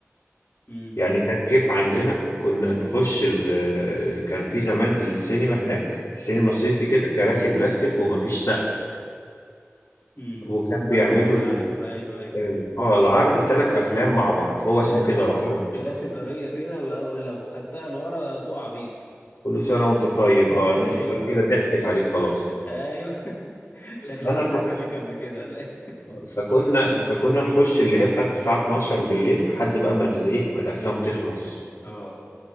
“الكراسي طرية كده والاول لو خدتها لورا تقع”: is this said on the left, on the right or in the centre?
Left